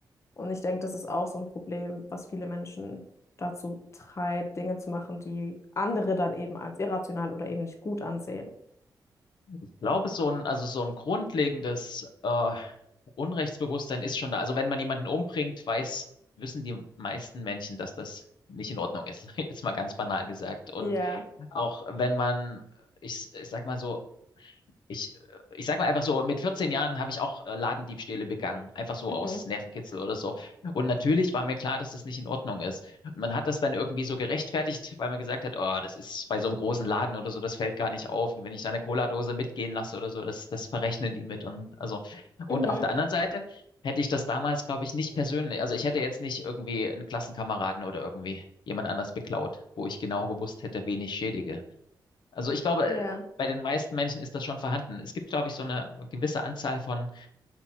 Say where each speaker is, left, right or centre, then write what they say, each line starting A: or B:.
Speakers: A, on the left (about 40°); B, on the left (about 75°).
A: Und ich denke, das ist auch so ein Problem, was viele Menschen dazu treibt, Dinge zu machen, die andere dann eben als irrational oder eben nicht gut ansehen.
B: Ich glaube, so ein, also so ein grundlegendes äh, Unrechtsbewusstsein ist schon da. Also wenn man jemanden umbringt, weiß, wissen die meisten Menschen, dass das nicht in Ordnung ist, <laughs> jetzt mal ganz banal gesagt. Und
A: Ja.
B: auch wenn man, ich, ich sag mal so, ich, ich sag mal einfach so, mit 14 Jahren habe ich auch äh, Ladendiebstähle begangen, einfach so
A: Mhm.
B: aus Nervenkitzel oder so. Und natürlich war mir klar, dass das nicht in Ordnung ist. Und man hat das dann irgendwie so gerechtfertigt, weil man gesagt hat, oh, das ist bei so einem großen Laden oder so, das fällt gar nicht auf. Und wenn ich da eine Cola-Dose mitgehen lasse oder so, das, das verrechnen die mit. Und also, und
A: Mhm.
B: auf der anderen Seite hätte ich das damals, glaube ich, nicht persönlich, also ich hätte jetzt nicht irgendwie einen Klassenkameraden oder irgendwie jemand anders beklaut, wo ich genau gewusst hätte, wen ich schädige. Also ich glaube,
A: Ja.
B: äh, bei den meisten Menschen ist das schon vorhanden. Es gibt, glaube ich, so eine gewisse Anzahl von